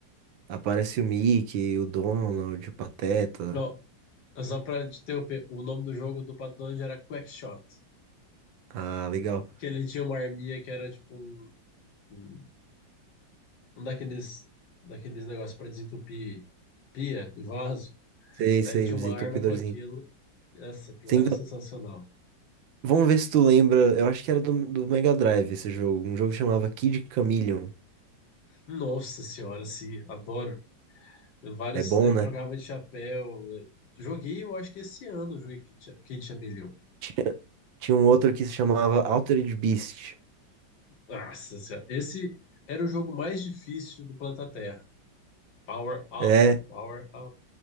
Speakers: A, on the right; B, on the left.
A: aparece o Mickey, o Donald, o Pateta.
B: Não, É Só pra te interromper, o nome do jogo do Paddle era Quackshot.
A: Ah, legal.
B: Que ele tinha uma arminha que era tipo um, um um daqueles, daqueles negócios pra desentupir pia e vaso.
A: Sei,
B: Aí
A: sei,
B: ele tinha
A: Mizzy
B: uma
A: Entupidorzinho.
B: arma com aquilo. Essa, aquilo
A: Tem
B: era sensacional.
A: Vamos ver se tu lembra. Eu acho que era do, do Mega Drive esse jogo. Um jogo que chamava Kid Chameleon.
B: Nossa senhora, sim, adoro. Vários,
A: É bom,
B: ele
A: né?
B: trocava de chapéu. Joguei, eu acho que esse ano, eu joguei Kid Kid Chameleon.
A: Tinha, tinha um outro que se chamava Altered Beast.
B: Nossa senhora, esse era o jogo mais difícil do planeta Terra. Power up,
A: É,
B: power up.